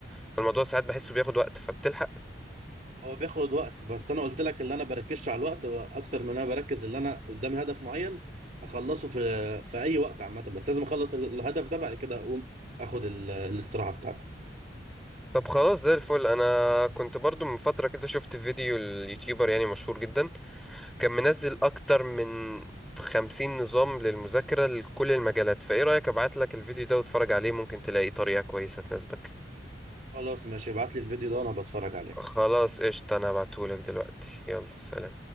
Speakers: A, in the centre; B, on the right.
A: فالموضوع ساعات بحسه بياخد وقت فبتلحق
B: هو بياخد وقت بس انا قلت لك اللي انا بركزش على الوقت هو اكتر من انا بركز اللي انا قدامي هدف معين اخلصه في في اي وقت عامه بس لازم اخلص الهدف ده بعد كده اقوم اخد ال- الاستراحه بتاعتي
A: طب خلاص زي الفل انا كنت برضو من فترة كده شفت فيديو اليوتيوبر يعني مشهور جدا كان منزل اكتر من خمسين نظام للمذاكرة لكل المجالات فايه رأيك ابعت لك الفيديو ده واتفرج عليه ممكن تلاقي طريقة كويسة تناسبك
B: خلاص ماشي ابعت لي الفيديو ده انا بتفرج عليه
A: خلاص قشطة انا هبعتهولك دلوقتي يلا سلام